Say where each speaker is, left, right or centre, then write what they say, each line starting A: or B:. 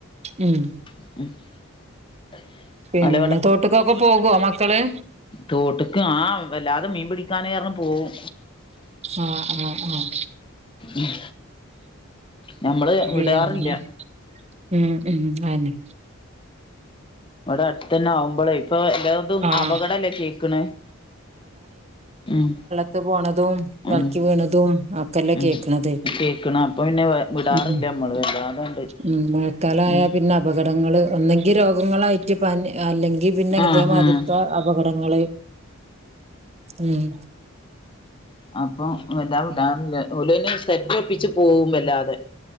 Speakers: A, on the right (about 30°); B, on the left (about 25°).
A: ഉം.
B: <unintelligible>
A: പിന്നെ
B: അല്ല
A: തോട്ടക്കൊക്കെ പോകുവോ മക്കള്?
B: തോട്ടക്ക് ആഹ് വല്ലാതെ മീൻ പിടിക്കാന് പറഞ് പോവും.
A: ആഹ് ആഹ് ആഹ്-
B: ഉം ഞമ്മള് വിടാറില്ല-
A: പിന്നെ ഉം ഉം അയെന്നെ-
B: ഇവിടെ അടുത്ത് തന്നെ ആവും. ഇപ്പളെ ഇപ്പൊ എല്ലാതും
A: ആഹ്
B: അപകടല്ലേ കേക്കണ ഉം.
A: ത്ത് പോണതും വള്ക്കി
B: ഉം
A: വീണതും- ഒക്കെല്ലേ
B: ഉം
A: കേക്കണത്
B: കേക്കണ അപ്പൊ പിന്നെ വിടാറില്ല
A: ഉം
B: നമ്മള് വല്ലാതണ്ട്-
A: ഉം മഴക്കാല ആയാ
B: ഉം
A: പിന്നെ അപകടങ്ങള് ഒന്നെങ്കി രോഗങ്ങളായി- പ അല്ലെങ്കി പിന്നെ
B: ആഹ്
A: ഇതേ മാ
B: ആഹ്
A: തിർതെ അപകടങ്ങള്- ഉം.
B: അപ്പം എല്ലാ വിടാറില്ല ഓള് സെറ്റ് ഒപ്പിച്ച് പോകും വല്ലാതെ.